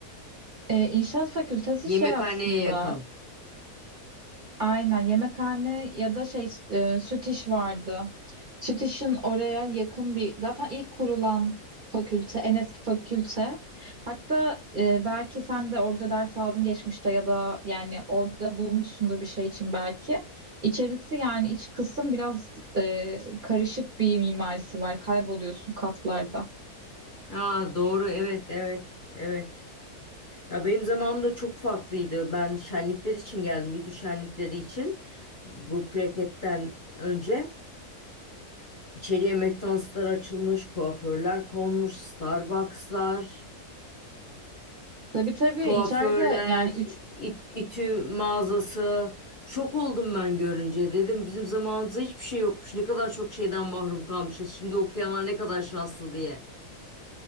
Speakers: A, on the right; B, on the left.
A: Ee, İnşaat fakültesi
B: Yemekhaneye
A: şey aslında
B: yakın.
A: aynen yemekhane ya da şey e, süt iş vardı. Süt işin oraya yakın bir zaten ilk kurulan fakülte en eski fakülte. Hatta e, belki sen de orada ders aldın geçmişte ya da yani orada bulmuşsundur bir şey için belki. İçerisi yani iç kısım biraz e, karışık bir mimarisi var kayboluyorsun katlarda.
B: Ha doğru evet evet evet. Ya benim zamanımda çok farklıydı. Ben şenlikler için geldim. İTÜ şenlikleri için. Bu plaketten önce içeriye McDonald'slar açılmış, kuaförler konmuş, Starbucks'lar.
A: Tabii tabii
B: Kuaförler,
A: içeride yani
B: it- ütü mağazası. Şok oldum ben görünce. Dedim bizim zamanımızda hiçbir şey yokmuş. Ne kadar çok şeyden mahrum kalmışız. Şimdi okuyanlar ne kadar şanslı diye.